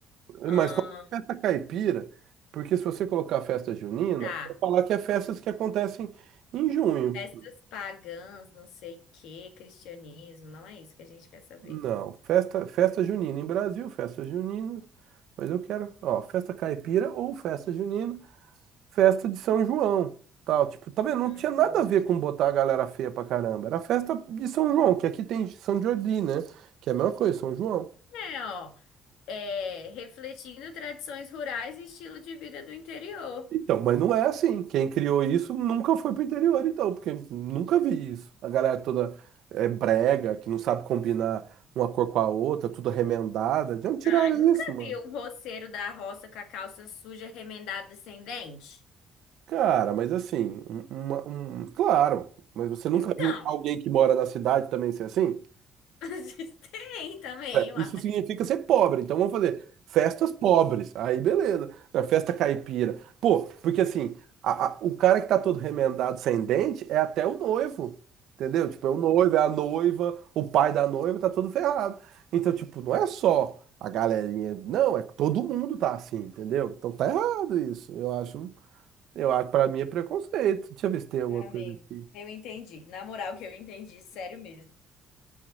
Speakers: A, on the left; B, on the right.
A: Ah,
B: Mas qual é a festa caipira? Porque se você colocar festa junina,
A: tá.
B: vou falar que é festas que acontecem em junho.
A: Festas pagãs, não sei o quê, cristianismo, não é isso que a gente quer saber.
B: Não, festa, festa junina em Brasil, festa junina. Mas eu quero, ó, festa caipira ou festa junina. festa de São João, tal, tipo, tá vendo? Não
A: Uhum.
B: tinha nada a ver com botar a galera feia pra caramba. Era festa de São João, que aqui tem São Jordi, né? Que é a mesma coisa, São João.
A: É, ó. É, refletindo tradições rurais e estilo de vida do interior.
B: Então, mas não é assim. Quem criou isso nunca foi pro interior, então, porque nunca vi isso. A galera toda é brega, que não sabe combinar uma cor com a outra, tudo remendada. De onde tiraram
A: Ai, nunca
B: isso, mano?
A: vi um roceiro da roça com a calça suja, remendada e sem dente?
B: Cara, mas assim, um, uma- um- claro, mas você nunca
A: Então,
B: viu alguém que mora na cidade também ser assim?
A: <laughs> tem também, uai.
B: Isso significa ser pobre. Então vamos fazer festas pobres. Aí beleza. É, Festa caipira. Pô, porque assim, a- a- o cara que tá todo remendado sem dente é até o noivo. Entendeu? Tipo, é o noivo, é a noiva, o pai da noiva tá todo ferrado. Então, tipo, não é só a galerinha. Não, é que todo mundo tá assim, entendeu? Então tá errado isso. Eu acho, eu acho, pra mim é preconceito. Deixa eu ver se tem alguma
A: Amigo,
B: coisa aqui.
A: eu entendi. Na moral que eu entendi, sério mesmo.